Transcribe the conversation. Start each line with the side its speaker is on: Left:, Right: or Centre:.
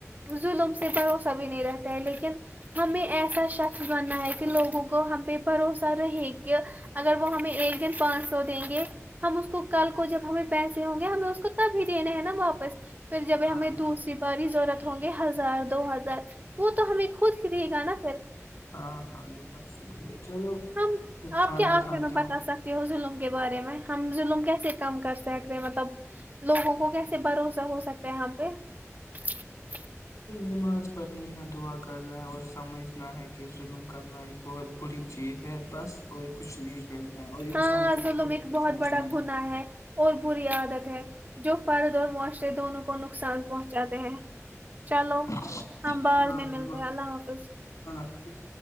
Right: ظلم سے بھروس سبھی نہیں رہتا ہے لیکن ہمیں ایسا شخص بنا ہے کہ لوگوں کو ہم بھی بھروسہ رہے کہ اگر وہ ہمیں ایک دن پانچ سو دیں گے ہم اس کو کل کو جب ہمیں پیسے ہ گے ہمیں <unintelligible> کتا بھیجنے ہے نا واپس پھر جب
Left: ہاں
Right: ہمیں
Left: ہاں
Right: دوسری باری ضرورت ہوں گے ہزار دو ہزار وہ تو ہمیں خود ہی دے گا نا پھر
Left: ہاں ہاں یہ بات صحی ہے چلو
Right: ہم
Left: میں کھانا
Right: آپ کیا آخر
Left: کھاتا
Right: میں بتا
Left: ہوں <inaudible>
Right: سکتے ہو ظلم کے بارے میں ہم ظلم کیسے کم کر سکتے ہیں مطلب لوگوں کو کیسے بھروسہ ہو سکتا ہے یہاں پہ <inaudible>
Left: نماز پڑھنی ہے دعا کرنا ہے اور سمجھنا ہے کہ ظلم کرنا ایک بہت بری چیز ہے بس اور کچھ نہیں کرنا ہے اور انسان
Right: ہاں
Left: کو
Right: ظلم
Left: خود
Right: ایک بہت
Left: سوچنا
Right: بڑا گنااہ ہے اور بری عادت ہے جو پارد اور معاشر سے دونوں کو نقصان پہنچاتے ہیں چلو
Left: چ
Right: ہم بعد
Left: بعض
Right: میں
Left: اللہ
Right: ملتے ہیں حافظ
Left: حافظ